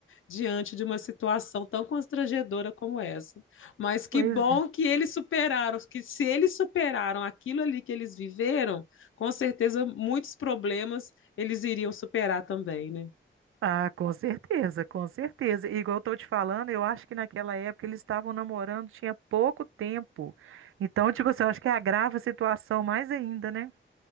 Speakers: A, on the left (about 75°); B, on the right (about 85°).
A: diante de uma situação tão constrangedora como essa. Mas que
B: Pois
A: bom
B: é.
A: que eles superaram, que se eles superaram aquilo ali que eles viveram, com certeza muitos problemas eles iriam superar também, né?
B: Ah, com certeza, com certeza. E igual eu tô te falando, eu acho que naquela época eles estavam namorando, tinha pouco tempo. Então, tipo assim, eu acho que agrava a situação mais ainda, né?